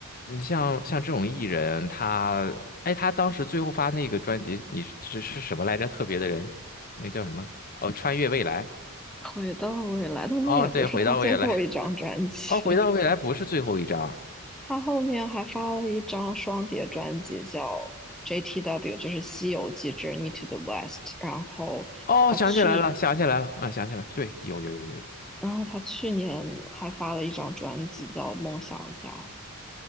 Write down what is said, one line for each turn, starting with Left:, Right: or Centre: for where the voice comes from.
Left: 你像像这种艺人，他，哎，他当时最后发那个专辑，你是是什么来着？特别的人，那叫什么？哦，穿越未来。
Centre: 回到未来，但那也不是他最后一张专辑。
Left: 哦，对，回到未来。哦，回到未来不是最后一张。
Centre: 他后面还发了一张双碟专辑，叫 JTW，就是《西游记 Journey to the West》。然后他去，
Left: 哦，想起来了，想起来了，啊，想起来了，对，有有有有有。
Centre: 然后他去年还发了一张专辑叫《梦想家》。